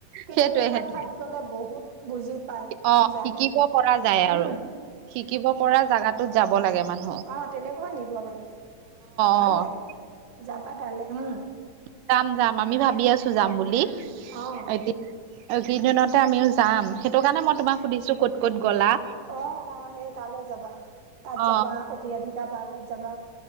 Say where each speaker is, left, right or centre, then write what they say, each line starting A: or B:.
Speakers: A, on the right; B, on the right.
A: কিন্তু
B: সেইটোৱে
A: এনেকুৱা
B: সেইটোৱে
A: ঠাইত গ'লে বহুত বুজি পায়
B: অ
A: জানে
B: শিকিব পৰা যায় আৰু
A: উম
B: শিকিব পৰা জাগাটোত যাব লাগে মান-
A: অ তেনেকুৱা নিব লাগে ভাল
B: অ',
A: লাগে যাবা তালে, উম।
B: যাম যাম আমি ভাবি আছো যাম বুলি।
A: অ
B: এতি- অ কেইদিনতে আমিও যাম। সেইটো কাৰণে মই তোমাক সুধিছো ক'ত ক'ত গ'লা।
A: অ অ সেই তালৈ যাবা তাত
B: অ
A: যাবা সতিৰাধিকা পাৰ্কত যাবা।